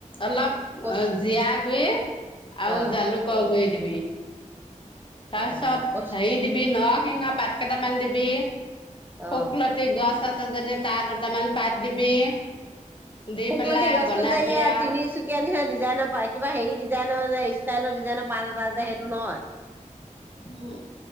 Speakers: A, on the left; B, on the right.
A: অলপ
B: কচ
A: জীৰা গুৰি, আৰু
B: অ
A: জালুকৰ গুৰি দবি। <unintelligible> তাৰপিছত
B: অ কচ
A: হেৰি দিবি ন, ' নৰসিংহ পাত কেটা মান দিবি,
B: অ
A: শুকলতি গছ, চাচুন তাৰ যদি তাৰ দুটা মান পাত দিবি। দি
B: শুকলতি
A: পেলাই
B: গছটো
A: বনাবি
B: যে ইয়াত
A: আৰু
B: তিনিচুকীয়াৰ নিচিনা, ডিজাইনৰ পায় কিবা হেৰি ডিজাইনৰ যে, ষ্টাইলৰ, ডিজাইনৰ পাত এটা যে হেইটো। তোৰ নহয়।
A: উম,